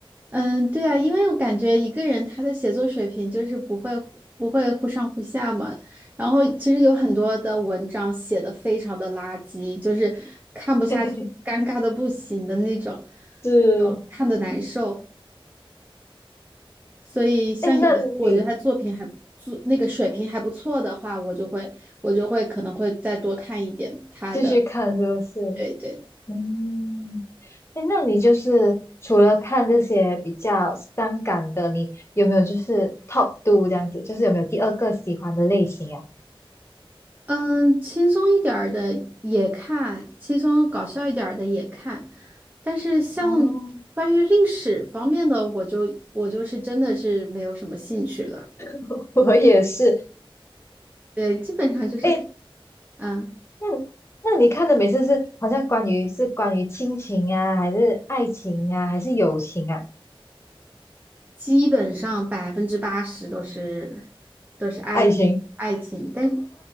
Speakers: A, on the right; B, on the left.
A: 嗯，对啊，因为我感觉一个人他的写作水平就是不会不会忽上忽下嘛。然后其实有很多的文章写的非常的垃圾，就是看不下去，
B: <laughs>
A: 尴尬的不行的那种，
B: 是，
A: 那种看的难受。所以像有一些我觉得他作品还不错，
B: 哎，那你
A: 那个水平还不错的话，我就会我就会可能会再多看一点他的，
B: 继续看是不是？
A: 对对。
B: 嗯。哎，那你就是除了看这些比较伤感的，你有没有就是 top two 这样子？就是有没有第二个喜欢的类型呀、
A: 嗯，轻松一点儿的也看，轻松搞笑一点儿的也看，但是像
B: 哦，
A: 关于历史方面的，我就我就是真的是没有什么兴趣了。
B: <laughs> 我也是。
A: 对，基本上就是看，
B: 哎，
A: 嗯。
B: 那那你看的每次是好像关于是关于亲情啊，还是爱情啊，还是友情啊？
A: 基本上百分之八十都是都是爱爱情，
B: 爱情，
A: 但是